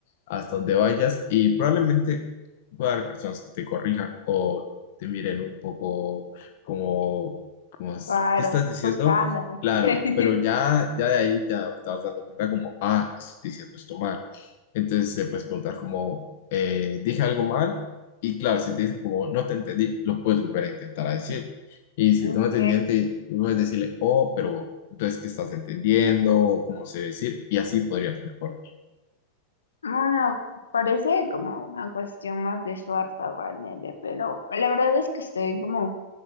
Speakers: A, on the left; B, on the left.
A: hasta donde vayas y probablemente pueda haber personas que te corrijan o te miren un poco como como, es?
B: Claro,
A: ¿qué estás diciendo?
B: juzgándome.
A: Claro,
B: <laughs>
A: pero ya, ya de ahí ya te vas dando cuenta como, ah, estoy diciendo esto mal. Entonces te puedes preguntar como, eh, dije algo mal y claro, si te dicen como, no te entendí, lo puedes volver a intentar a decir. Y si
B: Ok,
A: no te entienden, puedes decirle, oh, pero entonces, ¿qué estás entendiendo? O ¿Cómo se debe decir? Y así podrías mejorar.
B: Bueno, parece como una cuestión más de suerte realmente, pero la verdad es que estoy como